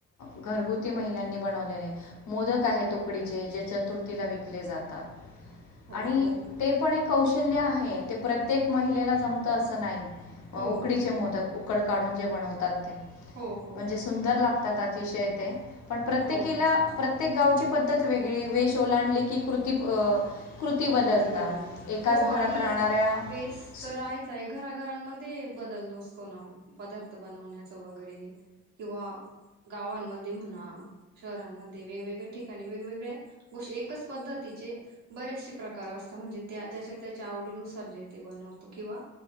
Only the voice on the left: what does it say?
घरगुती महिलांनी बनवलेले मोदक आहेत. उकडीचे
जे चतुर्थीला विकले जातात.
आणि
ते पण एक कौशल्य आहे ते प्रत्येक महिलेला जमतं असं नाही.
उकडीचे मोदक उकड काढून जे बनवतात ते
म्हणजे
सुंदर लाग तात अतिशय ते पण प्रत्येकिला
प्रत्येक गावची पद्त वेगळी चोलांली की कृती अ कृती बदलतात
एकाच
घरात
राहणाऱ्या
सु-